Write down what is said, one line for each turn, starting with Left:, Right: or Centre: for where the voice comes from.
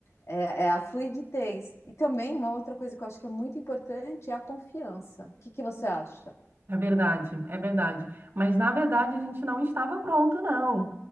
Left: É, é a fluidez. E também uma outra coisa que eu acho que é muito importante é a confiança. O que que você acha?
Right: É verdade, é verdade. Mas na verdade a gente não estava pronto, não.